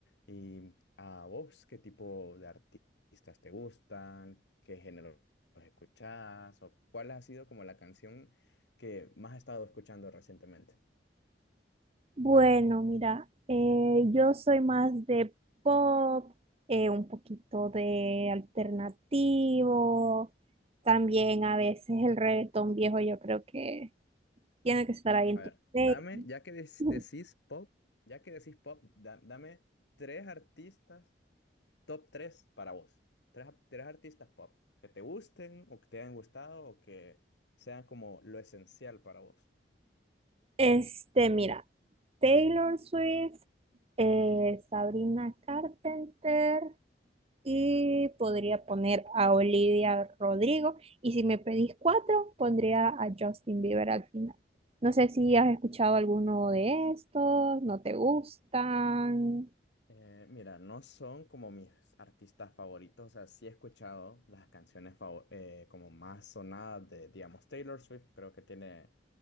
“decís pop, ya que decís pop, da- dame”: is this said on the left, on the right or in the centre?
Left